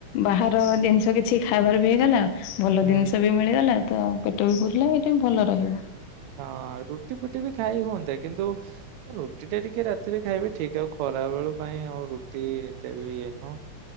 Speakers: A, on the left (about 85°); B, on the right (about 75°).
A: ବାହାର ଜିନିଷ କିଛି ଖାଇବାର ବି ହେଲା। ଭଲ
B: ହୁଁ।
A: ଦିନିଷ ବି ମିଳିଗଲା ତ ପେଟ ବି ପୁୁରିଲା ଏଇଟା ବି ଭଲ ରହିବ।
B: ହଁ ରୁଟି ଫୁଟି ବି ଖାଇ ହୁଅନ୍ତା କିନ୍ତୁ ଏ ରୁଟି ଟା ଟିକେ ରାତିରେ ଖାଇବେ ଠିକ୍ ଆଉ ଖରାବେଳୁ ପାଇଁ ଆଉ ରୁଟି ଏତେ ବି ଇଏ ନୁହଁ।